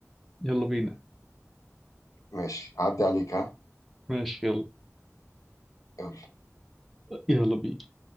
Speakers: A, in the centre; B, on the left (about 85°).
A: يلا بينا
B: ماشي اعدي عليك ها
A: ماشي يلا
B: يلا
A: يلا بينا